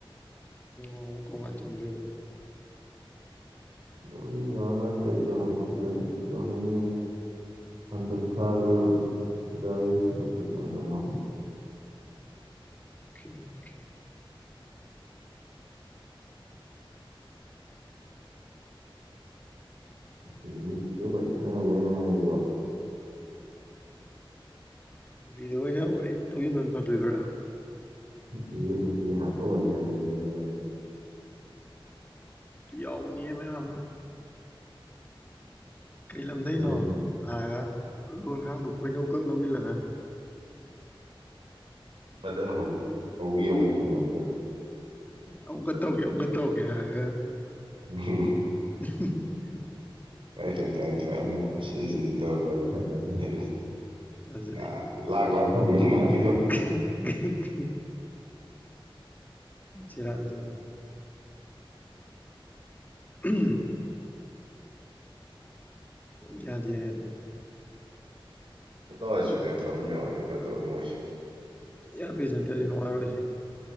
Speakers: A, on the left; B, on the right.
A: ꯎꯝ ꯀꯝꯀꯥꯟ ꯆꯡꯗꯣꯏꯕꯥ
B: <unintelligible> ꯍꯟꯗꯛ ꯊꯥ ꯂꯣꯏꯔꯝꯗꯥꯏ <unintelligible>
A: ꯑꯣꯀꯦ ꯑꯣꯀꯦ
B: ꯁꯤꯗꯤ ꯅꯨꯄꯤꯒ ꯋꯥꯔꯤ ꯁꯥꯟꯅꯕꯅꯦ ꯍꯦꯟ ꯅꯨꯡꯉꯥꯏꯅꯤꯀꯣ
A: ꯅꯨꯄꯤꯗꯥ ꯑꯣꯏꯅꯥ ꯋꯥꯔꯤ ꯇꯧꯖꯤꯟꯕꯅꯥ ꯐꯗꯣꯏꯔꯥ
B: ꯅꯨꯄꯤꯒꯤ ꯅꯨꯄꯤ ꯍꯥꯞꯄ ꯑꯣꯏ ꯅ ꯂꯩ ꯕꯕꯨ ꯅꯨꯡꯉꯥꯏꯅꯤ
A: ꯌꯥꯎꯕꯅꯦ ꯍꯦ ꯃꯌꯥꯝ ꯃꯥ ꯀꯩ ꯂꯝꯗꯩꯅꯣ
B: ꯅꯨꯡꯉꯥꯏꯅꯤ
A: ꯍꯥꯏꯔꯒ ꯂꯣꯟꯒꯥꯡꯗꯨ ꯈꯣꯏꯅꯧꯀꯛ ꯅꯧꯏꯟꯂꯒꯥ
B: ꯃꯊꯪ ꯍꯧ ꯍꯧ ꯌꯦꯡꯉꯣ <unintelligible>
A: ꯑꯃꯨꯛꯀꯥ ꯇꯧꯒꯦ ꯑꯃꯨꯛꯀꯥ ꯇꯧꯒꯦ ꯍꯥꯏꯔꯥꯒꯥ
B: <unintelligible>
A: <unintelligible>
B: ꯇꯔꯥꯅꯤꯊꯣꯏ ꯇꯔꯥꯅꯤꯊꯣꯏ ꯑꯃꯃꯝ ꯁꯤꯟ ꯁꯤꯟ ꯇꯧꯔ ꯋꯥꯔꯤ <unintelligible>
A: ꯐꯖꯩ
B: ꯂꯥꯛ ꯂꯥꯛ ꯐꯪꯗꯧ ꯃꯥꯜꯂꯤ
A: <inaudible> ꯁꯦꯔꯥꯟ ꯇꯨꯔꯥꯟ ꯎꯝ ꯌꯥꯗꯥ ꯌꯥꯏ ꯑꯗꯣ
B: ꯂꯥꯎꯠ ꯏꯁꯄꯤꯀꯔ ꯊꯕꯝ ꯌꯥꯎꯔꯥꯗꯤ ꯐꯗꯧꯅꯦ ꯃꯤꯏꯒꯤꯁꯦ
A: ꯏꯌꯥꯔꯄꯤꯁ ꯅꯠꯇ꯭ꯔ ꯗꯤ ꯅꯨꯡꯉꯥꯏꯔꯣꯏꯁꯦ